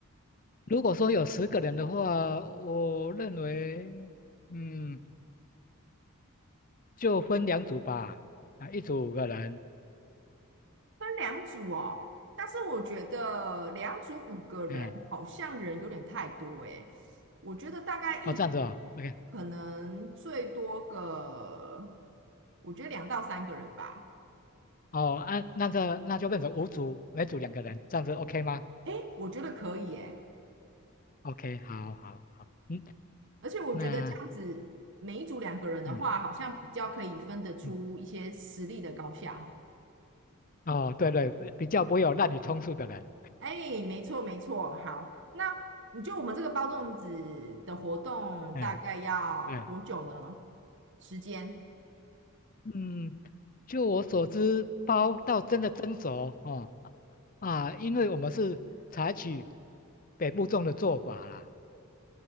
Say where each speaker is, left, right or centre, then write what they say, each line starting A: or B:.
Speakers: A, on the left; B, on the right.
A: 如果说有十个人的话，我认为，嗯，就分两组吧，啊，一组五个人，
B: 分两组哦，但是我觉得两组五个人好像人有点太多诶，
A: 哎，
B: 我觉得大概一组
A: 哦，这样子哦，OK，
B: 可能最多个，我觉得两到三个人吧。
A: 哦，啊，那这那就变成五组，每组两个人，这样子 OK 吗
B: 诶，我觉得可以诶，
A: ？OK，好好好，嗯，
B: 而且我觉得这样子每一组两个人的话，
A: 那。嗯。
B: 好像比较可以分得出一些实力的高下哦。
A: 嗯，哦，对对，比较不会有滥竽充数的人，
B: 哎，没错没错，好，那你就我们这个包粽子的活动大概要多久呢？
A: 哎，对，
B: 时间？
A: 嗯，就我所知，包到真的蒸熟哦啊，因为我们是采取北部粽的做法啦，